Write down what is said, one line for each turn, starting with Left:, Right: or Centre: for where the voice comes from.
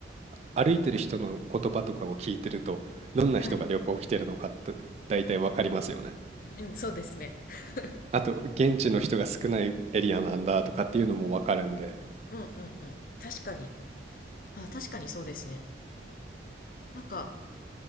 Right: は歩いてる人の言葉とかを聞いてると、どんな人が旅行来てるのかって大体わかりますよね。
Left: なんはいうんそうですね <laughs>
Right: あと、現地の人が少ないエリアなんだとかっていうのもわかるんで。
Left: うんうんうん確かにあ確かにそうですねなんか